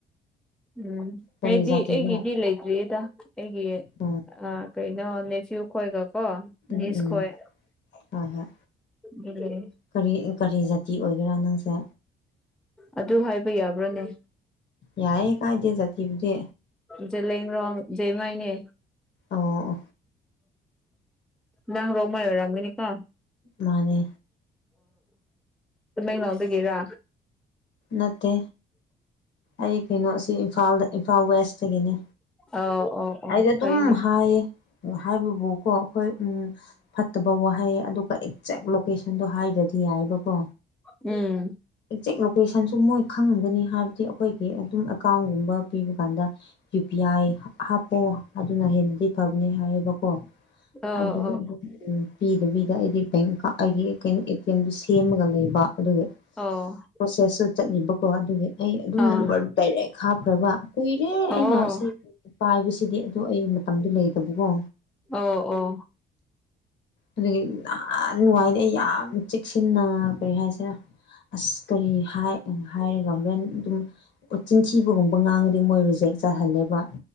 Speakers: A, in the centre; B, on the left.
A: ꯎꯝ
B: ꯀꯔꯤ
A: ꯑꯩꯗꯤ
B: ꯖꯥꯇꯤꯅꯣ
A: ꯑꯩꯒꯤꯗꯤ ꯂꯩꯇ꯭ꯔꯤꯗ ꯑꯩꯒꯤ
B: ꯎꯝ
A: ꯀꯩꯅꯣ ꯅꯦꯐ꯭ꯤꯌꯨ ꯑꯣ
B: ꯎꯝ
A: ꯁ
B: ꯎꯝ
A: ꯈꯣꯏ
B: ꯍꯣꯏ ꯍꯣꯏ
A: ꯑꯗꯨ ꯂꯩ
B: ꯀꯔꯤ ꯀꯔꯤ ꯖꯥꯇꯤ ꯑꯣꯏꯒꯦꯔꯥ ꯅꯪꯁꯦ
A: ꯑꯗꯨ ꯍꯥꯏꯕ ꯌꯥꯕ꯭ꯔꯅꯦ
B: ꯌꯥꯏꯌꯦ ꯀꯥꯏꯗꯦ ꯆꯇꯤꯕꯨꯗꯤ
A: ꯍꯩꯂꯩꯔꯣꯅꯡ ꯖꯦꯃꯥꯥꯏꯅꯦ
B: ꯑꯣ
A: ꯅꯪ ꯔꯣꯃꯥꯏ ꯑꯣꯏꯔꯝꯃꯤꯅꯤꯀꯣ
B: ꯃꯥꯅꯦ
A: ꯑꯃ ꯉꯎꯗꯒꯦꯔꯥ
B: ꯅꯠꯇꯦ ꯑꯩ ꯀꯩꯅꯣꯁꯤ ꯏꯝꯐꯥꯜꯗ ꯏꯝꯐꯥꯜ ꯋꯦꯁ ꯆꯠꯆꯅꯦ
A: ꯑꯣ ꯑꯣ ꯑꯣ
B: ꯑꯩꯗꯤ ꯑꯗꯨꯝ
A: ꯐꯩꯅꯦ
B: ꯍꯥꯏꯌꯦ ꯎ ꯍꯥꯏꯕꯕꯨꯀꯣ ꯑꯩꯈꯣꯏ ꯎꯝ ꯐꯠꯇꯕ ꯋꯥꯍꯩ ꯑꯗꯨꯒ ꯑꯦꯛꯖꯦꯛ ꯂꯣꯀꯦꯁꯟꯗꯣ ꯍꯥꯏꯗ꯭ꯔꯗꯤ ꯌꯥꯏꯕꯀꯣ
A: ꯎꯝ
B: ꯑꯦꯛ ꯀꯣꯏꯁꯟꯁꯨ ꯃꯣꯏ ꯈꯪꯉꯝꯒꯅꯤ ꯍꯥꯏꯕꯗꯤ ꯑꯩꯈꯣꯏꯒꯤ ꯑꯗꯨꯝ ꯑꯦꯀꯥꯎꯟꯒꯨꯝꯕ ꯄꯤꯕ ꯀꯥꯟꯗ ꯌꯨ ꯄꯤ ꯑꯥꯏ ꯍꯥꯞꯄꯑꯣ ꯑꯗꯨꯅ ꯍꯦꯟꯅꯗꯤ ꯐꯕꯅꯤ ꯍꯥꯏꯌꯦꯕꯀꯣ
A: ꯑꯣ
B: ꯑꯗꯨ
A: ꯑꯣ
B: ꯑꯗꯨ ꯎ ꯄꯤꯗꯕꯤꯗ ꯑꯩꯗꯤ ꯕꯦꯡꯀ ꯑꯩꯒꯤ ꯀꯩꯅꯣ ꯑꯦ ꯇꯤ ꯑꯦꯝꯗꯨ ꯁꯦꯝꯃꯒ ꯂꯩꯕ ꯑꯗꯨꯒ
A: ꯑꯣ
B: ꯄ꯭ꯔꯣꯁꯦꯁꯁꯨ ꯆꯠꯂꯤꯕꯀꯣ ꯑꯗꯨꯒꯤ ꯑꯩ ꯑꯗꯨꯝ
A: ꯑꯥ
B: ꯅꯝꯕꯔꯗꯨ ꯗꯥꯏꯔꯦꯛ ꯍꯥꯞꯈ꯭ꯔꯕ ꯀꯨꯏꯔꯦ
A: ꯑꯣ
B: ꯑꯩꯅ
A: ꯑꯣ
B: ꯁꯤ ꯄꯥꯏꯕꯁꯤꯗꯤ ꯑꯗꯨ ꯑꯩ ꯃꯇꯝꯗꯨꯣ ꯂꯩꯇꯕꯀꯣ
A: ꯑꯣ ꯑꯣ
B: ꯑꯗꯨꯒꯤ ꯅꯍꯥꯟ ꯅꯨꯡꯉꯥꯏꯗꯤꯦ ꯑꯩ ꯌꯥꯝ ꯆꯦꯛꯁꯤꯟꯅ ꯀꯔꯤ ꯍꯥꯏꯁꯤꯔ ꯑꯁ ꯀꯔꯤ ꯍꯥꯏ ꯍꯥꯏꯔꯒ ꯍꯣꯔꯦꯟ ꯑꯗꯨꯝ ꯆꯤꯟꯊꯤꯕꯒꯨꯝꯕ ꯉꯥꯡꯉꯗꯤ ꯃꯣꯏ ꯔꯤꯖꯦꯛ ꯆꯥꯍꯜꯂꯦꯕ